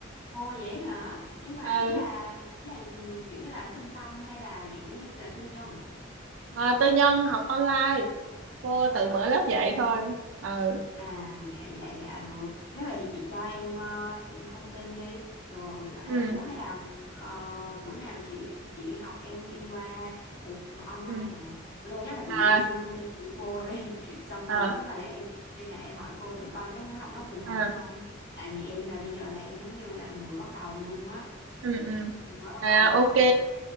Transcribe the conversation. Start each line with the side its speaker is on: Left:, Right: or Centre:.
Left: Ồ vậy hả nhưng mà
Right: ờ
Left: ý là ý là ừ, kiểu như là ở trung tâm hay là dạng giống như là tư nhân
Right: à, tư nhân học online cô
Left: à
Right: tự mở
Left: online
Right: lớp dạy
Left: hả
Right: thôi ờ
Left: À dạ dạ dạ được Nếu vậy thì chị cho em ờ, thông tin đi Rồi hay
Right: ừ
Left: là Ủa hay là ờ, bữa nào chị đi, chị đi học em em qua Ủa, mà online
Right: ừ
Left: mà Thôi chắc là
Right: à
Left: chị cho em xin thông tin của cô đi <laughs> Xong rồi
Right: à
Left: chắc là để em liên hệ em hỏi cô thử coi cái khóa học nó phù hợp
Right: à
Left: không Tại vì em là bây giờ là em giống như là người bắt đầu luôn á
Right: ừ ừ
Left: Mới bắt
Right: à
Left: đầu
Right: ok
Left: thôi